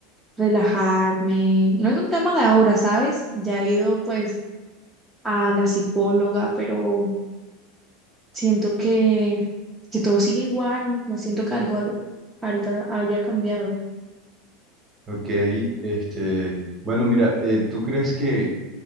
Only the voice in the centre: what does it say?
relajarme. No es un tema de ahora, ¿sabes? Ya he ido pues a la psicóloga, pero siento que, que todo sigue igual, no siento que algo, algo haya cambiado.